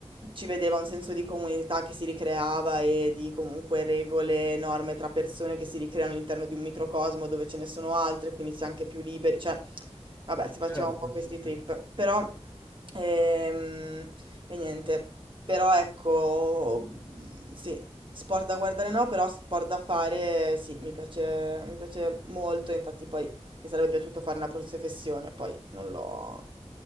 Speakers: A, on the right (about 50°); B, on the left (about 25°).
A: ci vedeva un senso di comunità che si ricreava e di comunque regole, norme tra persone che si ricreano all'interno di un microcosmo dove ce ne sono altre, quindi si è anche più liberi, cioè, vabbè, si faceva
B: Certo,
A: un po' questi
B: sì, sì.
A: trip, però, ehm, e niente, però ecco, sì, sport da guardare no, però sport da fare sì, mi piace, mi piace molto, infatti poi mi sarebbe piaciuto fare una professione, poi non l'ho